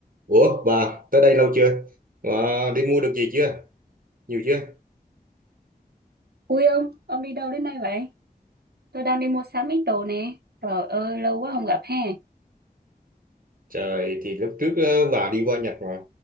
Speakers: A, on the right; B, on the right.
A: Ủa bà tới đây lâu chưa? Bà đi mua được gì chưa? Nhiều chưa?
B: Ui ông, ông đi đâu đến đây vậy? Tôi đang đi mua sắm ít đồ nè. Trời ơi, lâu quá không gặp ha.
A: Trời thì lúc trước ờ, bà đi qua Nhật mà